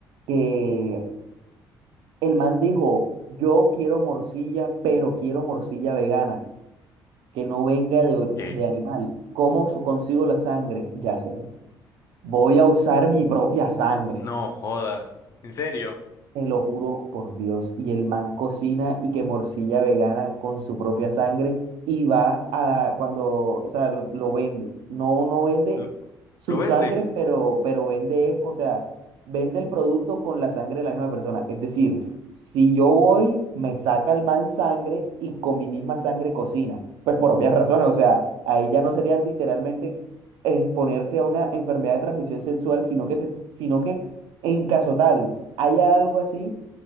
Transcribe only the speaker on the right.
que el man dijo, yo quiero morcilla, pero quiero morcilla vegana. que no venga de,
de animal. ¿Cómo so- consigo la sangre? Ya sé. Voy a usar mi propia sangre.
Te lo juro por Dios. Y el man cocina y que morcilla vegana con su propia sangre y va a cuando, o sea, lo, lo vende. No, no vende
su
sangre, pero, pero vende, o sea, vende el producto con la sangre de la misma persona. Es decir, si yo voy, me saca el man sangre y con mi misma sangre cocina. Pues por obvias razones, o sea, ahí ya no serían literalmente exponerse a una enfermedad de transmisión sexual, sino que, te- sino que en caso tal haya algo así,